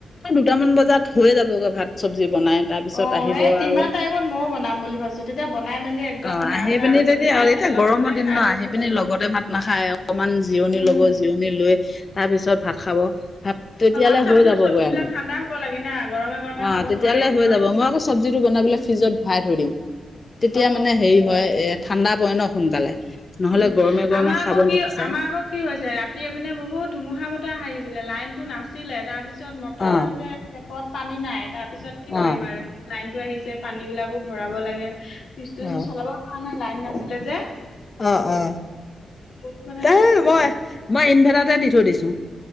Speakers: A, on the left; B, on the left.
A: দুটামান বজাত হৈয়ে যাবগে ভাত চব্জি। বনাই তাৰ পিছত
B: অ',
A: আহিব
B: সেই তিমান
A: আৰু
B: টাইমত মইও বনাম বুলি ভাবিছো তেতিয়া বনাই মেলি একদম
A: অ',
B: গা
A: আহি
B: চা
A: পিনি <unintelligible>
B: ধুই
A: এতিয়া
B: কিনে অলপ
A: গৰমৰ
B: মানে
A: দিন
B: খাই
A: ন
B: বৈ
A: আহি
B: শুই
A: পিনি
B: দিম
A: লগতে
B: আৰু
A: ভাত না খাই অকমান জিৰণি
B: উম
A: লব জিৰণি লৈ, তাৰ পিছত ভাত খাব। ভাত তেতিয়ালৈ
B: আৰু ভাত চব্জি
A: হৈ যাবগৈ
B: চব্জিবিলাক
A: আমাৰ
B: ঠাণ্ডা হ'ব লাগে না গৰমে গৰমে
A: অ',
B: খাব
A: তেতিয়ালৈ
B: নোৱাৰি নহয়
A: হৈ যাব মই আকৌ চব্জিটো বনাই
B: উম
A: পেলে ফ্ৰিজত ভৰাই থৈ দিম, তেতিয়া
B: অ
A: মানে হেৰি হয় এ ঠাণ্ডা পৰে ন সোনকালে। নহ'লে
B: উম
A: গৰমে গৰমে
B: আমাৰ
A: খাব
B: আকৌ কি
A: নিবিচাৰে
B: আমাৰ আকৌ কি হৈছে ৰাতি এপিনে বহুত ধুমুহা বতৰা আহিছিলে লাইন টো নাছিলে তাৰপিছত মটৰৰ
A: অ',
B: যে টেপত পানী নাই তাৰপিছত কি
A: অ',
B: কৰিম আৰু লাইন টো আহিছে পানী বিলাকো ভৰাব লাগে ফ্ৰিজট <unintelligible>
A: অ'।
B: ো চলাব পৰা নাই লাইন নাছিলে যে।
A: অ', অ,
B: বহুত মানে
A: তেই
B: ধুমুহা বতাহ
A: মই-মই ইনভাৰ্টাটো দি থৈ দিছো।